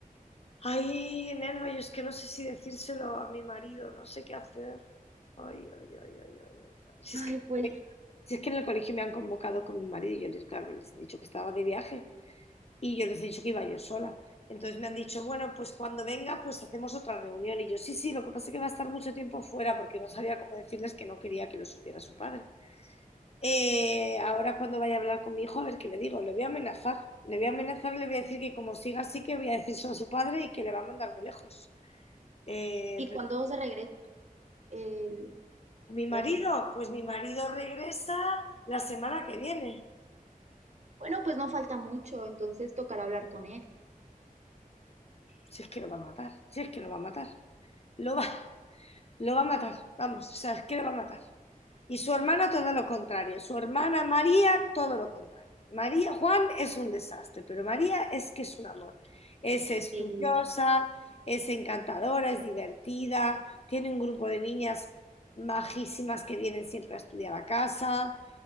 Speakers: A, on the left; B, on the right.
A: Ay, Nelva, yo es que no sé si decírselo a mi marido, no sé qué hacer. Ay, ay, ay, ay, ay, ay, ay. Si
B: Ay,
A: es que,
B: pues,
A: si es que en el colegio me han convocado con mi marido y yo les, claro, les he dicho que estaba de viaje y yo les he dicho que iba yo sola. Entonces me han dicho, bueno, pues cuando venga, pues hacemos otra reunión. Y yo, sí, sí, lo que pasa es que va a estar mucho tiempo fuera porque no sabía cómo decirles que no quería que lo supiera su padre. Eh, ahora cuando vaya a hablar con mi hijo, a ver qué le digo, le voy a amenazar, le voy a amenazar, le voy a decir que como siga así, que voy a decírselo a su padre y que le va a mandar muy lejos. Eh,
B: ¿y cuándo se regresa el
A: mi
B: esposo?
A: marido, pues mi marido regresa la semana que viene.
B: Bueno, pues no falta mucho, entonces tocará hablar con él.
A: Si es que lo va a matar, si es que lo va a matar. Lo va, Lo va a matar, vamos, o sea, es que lo va a matar. Y su hermana todo lo contrario, su hermana María todo lo contrario. María, Juan es un desastre, pero María es que es un amor. Es estudiosa,
B: Y,
A: es encantadora, es divertida, tiene un grupo de niñas majísimas que vienen siempre a estudiar a casa.